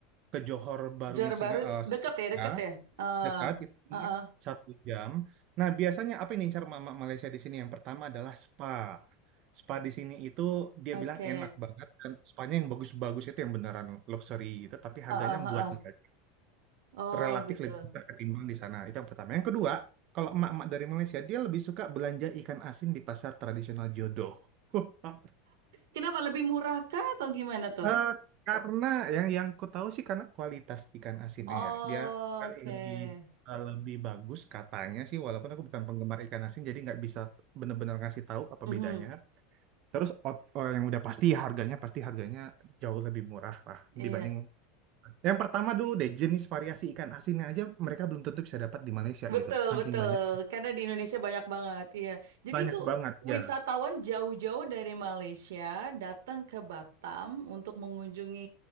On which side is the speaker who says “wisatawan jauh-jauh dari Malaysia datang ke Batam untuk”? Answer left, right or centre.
Right